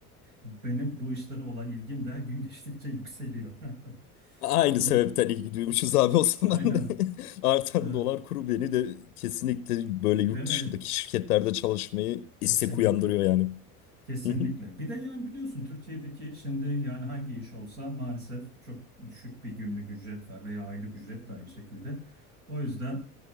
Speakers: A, on the right (about 70°); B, on the left (about 70°).
A: benim bu işlere olan ilgim de gün geçtikçe yükseliyor. <laughs>
B: Aynı
A: Kuru,
B: sebepten ilgi duymuşuz abi o zaman.
A: aynen.
B: <laughs> Artan
A: E,
B: dolar kuru beni de kesinlikle böyle
A: Değil
B: yurt
A: mi?
B: dışındaki şirketlerde çalışmayı
A: Kesinlikle.
B: istek uyandırıyor yani.
A: Kesinlikle.
B: Hı hı,
A: Bir de yani biliyorsun Türkiye'deki şimdi yani hangi iş olsa maalesef çok düşük bir günlük ücret var veya aylık ücret de aynı şekilde. O yüzden